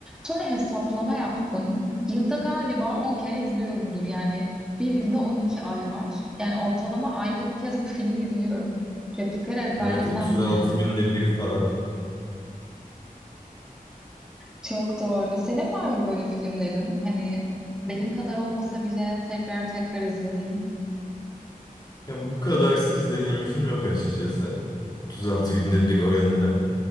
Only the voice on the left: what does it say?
Evet 36
günde bir falan.
Ya bu kadar sık izlediğim bir film yok açıkçası. 36 günde bir oranında.